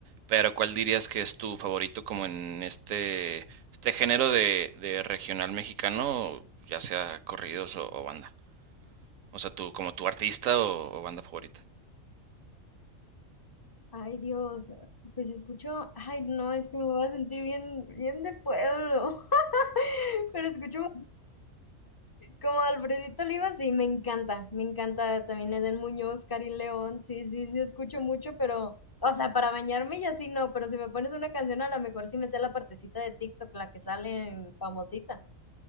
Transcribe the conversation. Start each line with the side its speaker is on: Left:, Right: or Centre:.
Right: pero ¿cuál dirías que es tu favorito como en este, este género de, de regional mexicano, ya sea corridos o, o banda? O sea, tu, como tu artista o, o banda favorita.
Left: Ay, Dios, pues escucho, ay, no, es que me voy a sentir bien, bien de pueblo, <laughs> pero escucho Como Alfredito Olivas, sí, me encanta, me encanta también Eden Muñoz, Cari León, sí, sí, sí, escucho mucho, pero, o sea, para bañarme y así no, pero si me pones una canción a lo mejor sí me sé la partecita de TikTok, la que sale en famosita,